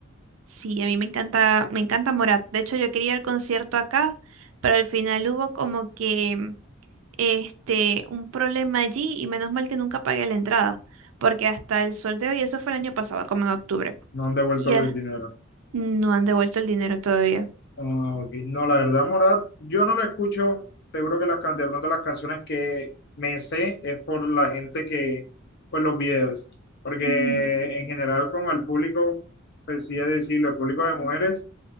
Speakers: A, on the right; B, on the left.
A: sí, a mí me encanta, me encanta Morat. De hecho, yo quería el concierto acá, pero al final hubo como que este un problema allí y menos mal que nunca pagué la entrada, porque hasta el sol de hoy, eso fue el año pasado, como en octubre.
B: No han devuelto
A: Ya
B: el dinero.
A: no han devuelto el dinero todavía.
B: Ah, ok. No, la verdad, Morat, yo no la escucho. Seguro que las, can- de pronto las canciones que me sé es por la gente que, pues los videos. Porque
A: Ujú.
B: en general, como el público, pues sí es decirlo, el público de mujeres